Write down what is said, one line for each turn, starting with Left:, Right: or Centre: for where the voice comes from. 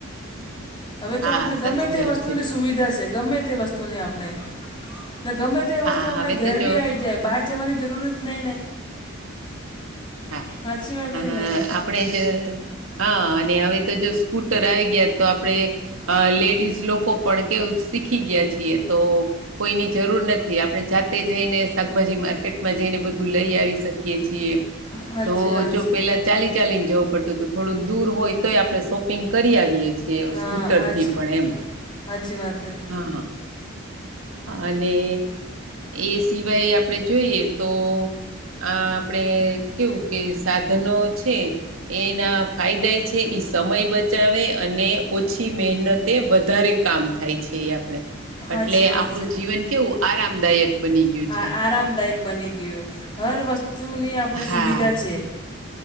Left: હવે
Right: હા
Left: તો આપણે ગમે
Right: સાચી
Left: તે
Right: વાત
Left: વસ્તુની
Right: છે
Left: સુવિધા છે. ગમે તે વસ્તુની આપણે ને ગમે તે તે
Right: હા
Left: વસ્તુ આપણે
Right: હવે
Left: ઘેર
Right: તો જો
Left: બી આવી જાય બહાર જવાની જરૂરત નહી ને.
Right: હા
Left: હાચી વાત
Right: હા
Left: હકે નય.
Right: આપણે જ હા અને હવે તો જો સ્કૂટર આવી ગયા તો આપણે અ લેડીઝ લોકો પણ કેવું શીખી ગયા છીએ તો કોઈની જરૂર નથી. આપણે જાતે જઈને શાકભાજી માર્કેટમાં જઈને બધું લઈ આવી શકીએ છીએ.
Left: સાચી
Right: તો
Left: વાત
Right: જો
Left: છે
Right: પેલા ચાલી ચાલીને જવું પડતું તો થોડુંક દૂર હોય તો આપડે શોપિંગ કરી આવયે છીએ.
Left: હા
Right: સ્કૂટર થી
Left: સાચી
Right: પણ એમ
Left: સાચી વાત છે
Right: હા હા. અને એ સિવાય આપડે જોઈએ તો આ આપણેે કેવું કે સાધનો છે એના ફાયદા ઈ છે એ સમય બચાવે અને ઓછી મહેનત તે વધારે કામ થાય છે એ આપણે
Left: સાચી
Right: એટલે
Left: વાત
Right: આપણું
Left: છે
Right: જીવન કેવું આરામદાયક બની ગયું
Left: આ
Right: છે
Left: આરામદાયક બની ગીયુ. હર વસ્તુ વસ્તુની આપણે
Right: હા
Left: સુવિધા છે